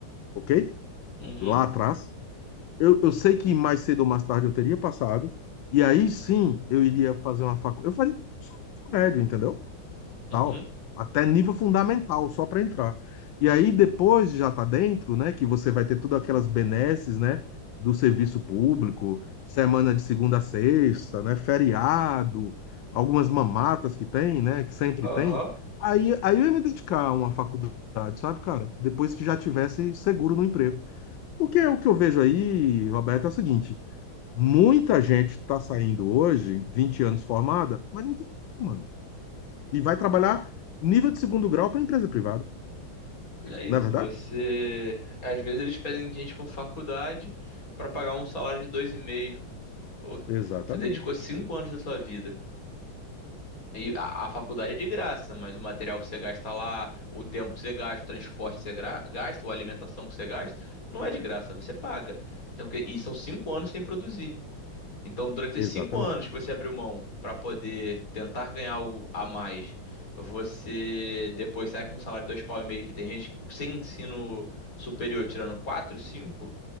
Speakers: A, on the left; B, on the left.
A: ok?
B: Uhum,
A: Lá atrás. Eu, eu sei que mais cedo ou mais tarde eu teria passado, e aí sim eu iria fazer uma faculdade. Eu faria curso médio, entendeu?
B: uhum,
A: tal, até nível fundamental, só para entrar. E aí depois já tá dentro, né, que você vai ter todas aquelas benesses, né, do serviço público, semana de segunda a sexta, né, feriado, algumas mamatas que tem, né, que sempre
B: aham.
A: tem. Aí, aí eu ia me dedicar a uma faculdade, sabe, cara? Depois que já tivesse seguro no emprego. Porque o que eu vejo aí, Roberto, é o seguinte, muita gente está saindo hoje, 20 anos formada, mas não tem, mano. E vai trabalhar nível de segundo grau para empresa privada,
B: É isso.
A: não é verdade?
B: Você. Às vezes eles pedem gente com faculdade para pagar um salário de dois vírgula cinco. Pô,
A: Exatamente.
B: você dedicou cinco anos da sua vida. E a, a faculdade é de graça, mas o material que você gasta lá, o tempo que você gasta, o transporte que você gra- gasta, ou a alimentação que você gasta, não é de graça, você paga. Então, que- e são cinco anos sem produzir. Então, durante
A: Exatamente.
B: esses cinco anos que você abriu mão para poder tentar ganhar algo a mais, você depois sai com um salário de dois pau e meio, que tem gente que sem ensino superior tirando quatro, cinco,